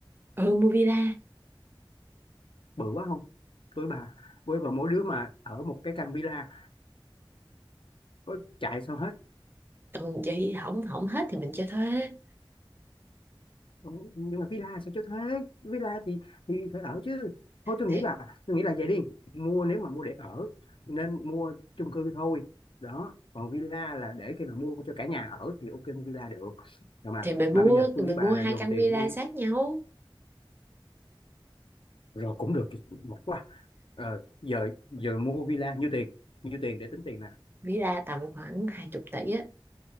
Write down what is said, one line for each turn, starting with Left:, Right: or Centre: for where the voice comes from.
Right: ừ mua villa
Left: bự quá không tuổi bà với bà mỗi đứa mà ở một cái căn villa có chạy sao hết
Right: ừ, vậy hỏng hỏng hết thì mình cho thuê
Left: Ủa, nhưng mà villa sao cho thuê villa thì thì phải ở chứ thôi tôi
Right: thì
Left: nghĩ là tôi nghĩ là vậy đi mua nếu mà mua để ở nên mua chung cư thôi đó còn villa là để khi nào mua cho cả nhà ở thì ok mua villa được rồi mà
Right: thì mình
Left: mà
Right: mua
Left: bây giờ tôi
Right: mình
Left: với bà
Right: mua hai
Left: là dồn
Right: căn
Left: tiền
Right: villa
Left: đi
Right: sát nhau
Left: rồi cũng được mệt quá ờ, giờ giờ mua villa nhiêu tiền nhiêu tiền để tính tiền nè
Right: ví ra tầm khoảng hai chục tỷ á